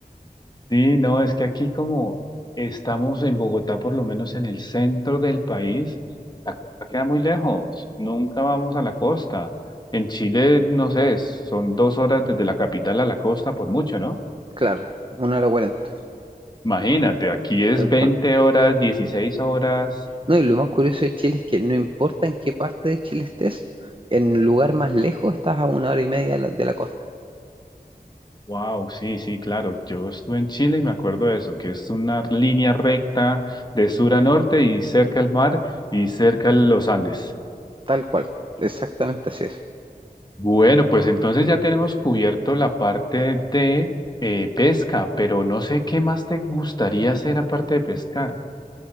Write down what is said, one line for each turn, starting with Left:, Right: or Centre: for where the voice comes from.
Left: Sí, no, es que aquí como estamos en Bogotá, por lo menos en el centro del país, la costa queda muy lejos, nunca vamos a la costa. En Chile, no sé, son dos horas desde la capital a la costa por mucho, ¿no?
Right: Claro, una hora cuarenta,
Left: Imagínate, aquí es
Right: tal
Left: 20
Right: cual.
Left: horas, 16 horas.
Right: No, y lo más curioso de Chile es que no importa en qué parte de Chile estés, en el lugar más lejos estás a una hora y media de la, de la costa.
Left: Wow, sí, sí, claro. Yo estuve en Chile y me acuerdo de eso, que es una línea recta de sur a norte y cerca al mar y cerca a los Andes.
Right: Tal cual, exactamente así es.
Left: Bueno, pues entonces ya tenemos cubierto la parte de eh, pesca, pero no sé qué más te gustaría hacer aparte de pescar.